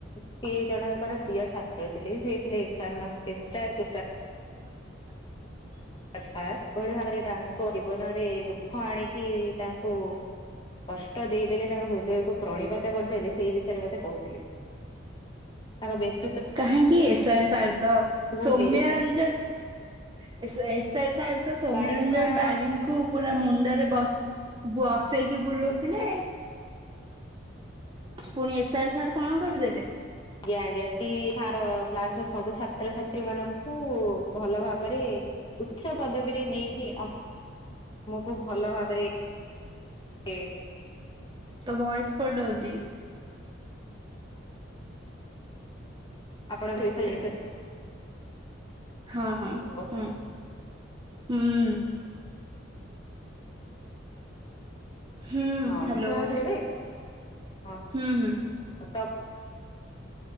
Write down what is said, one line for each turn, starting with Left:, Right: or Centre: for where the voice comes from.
Left: ସେ ଜଣଙ୍କର ପ୍ରିୟ ଛାତ୍ର ଥିଲେ ସେ ଥିଲେ ଏସ
Right: <inaudible>
Left: <unintelligible> ଭାବରେ ତାଙ୍କ ଜୀବନରେ ଦୁଃଖ ଆଣିକି ତାଙ୍କୁ କଷ୍ଟ ଦେଇଦେଲେ ତାଙ୍କ ହୃଦୟକୁ ପ୍ର <unintelligible> କରିଦେଲେ ସେଇ ବିଷୟରେ ମତେ କହୁଥିଲେ ତାଙ୍କ ବ୍ୟତି
Right: କାହିଁକି <unintelligible> ଶାରଦ
Left: ସବୁ
Right: ସୌମ୍ୟ
Left: ଡେରି
Right: ରଞ୍ଜନ ଏସର ସାର୍ ତ ସୋମ୍ୟରଞ୍ଜନ
Left: ବାରିକର
Right: ବାରିଙ୍କୁ ପୁରା ମୁଣ୍ଡରେ ବସ୍ ବସେଇକି ବୁଲଉଥିଲେ। ପୁଣି ଏସ୍ ଆର ସାର୍ କଣ କରିଦେଲେ?
Left: ଆଜ୍ଞା ଆଜ୍ଞା ସି କ୍ଲାସ ର ସବୁ ଛାତ୍ରଛାତ୍ରୀ ମାନଙ୍କୁ ଭଲ ଭାବରେ ଉଚ୍ଚ ପଦବୀରେ ନେଇକି ଅ ତୁମକୁ ଭଲ ଭାବରେ ଦେ
Right: ତୋ ଭଏସ କଟ୍ ହଉଛି।
Left: ଆପଣ <unintelligible>
Right: ହଁ
Left: ହ୍ୟାଲୋ
Right: ହଁ ହୁଁ ହୁଁ। ହୁଁ
Left: ହଁ,
Right: ହ୍ୟାଲୋ
Left: ଶୁଣାଯାଉଛି ଏବେ? ହଁ
Right: ହୁଁ ହୁଁ।
Left: <unintelligible>